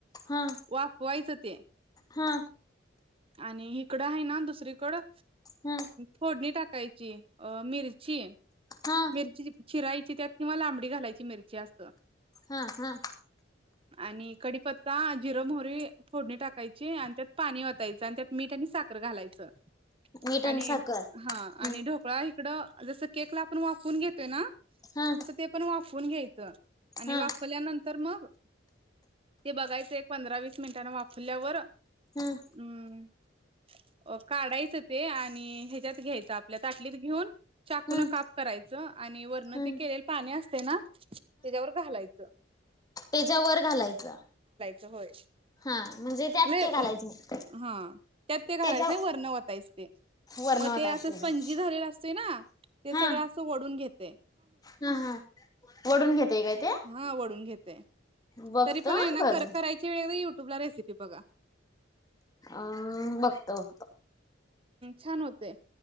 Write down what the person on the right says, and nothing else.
वाफवायचं ते.
आणि इकडं आहे ना दुसरीकडं अ
फोडणी टाकायची अ मिरची.
मिरची चिरायची त्यात किंवा लांबडी घालायची मिरची अस.
आणि कडीपत्ता जिरं मोहरी फोडणी टाकायची आणि त्यात पाणी वतायचं आणि त्यात मीठ साखर घालायचं.
आणि
ह आणि ढोकळा इकडं जस केकला आपण वाफून घेतोय ना!
तसं ते पण वाफवून घ्यायचं आणि
वाफलल्यानंतर मग.. ते बघायचं एक पंधरा वीस मिनिटांने वाफल्यावर अम्..
रिकामा ऑडिओ अ काढायचं ते आणि ह्याच्यात घ्यायचं आपल्या ताटलीत घेऊन चाकून
काप करायचं. आणि वरणं
ते केलेलं पाणी असतंय ना त्याच्यावर घालायचं.
च होय.
<unintelligible>
हा त्यात ते घालायच
नाही वरणं वतायचे ते.
मग
ते असं स्पंजी
झालेलं असतंय ना ते सगळं
असं ओढून घेत.
हा वडून घेतेय
तरी पण आहे ना
करायची वेळ यू बला रेसिपी बघा.
छान होते